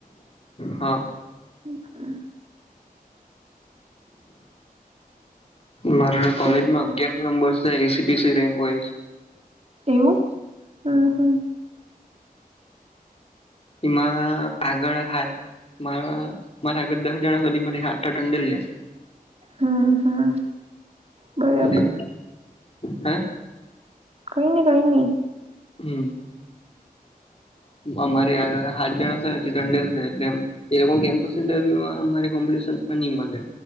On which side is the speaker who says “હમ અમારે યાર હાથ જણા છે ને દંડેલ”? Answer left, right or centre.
Left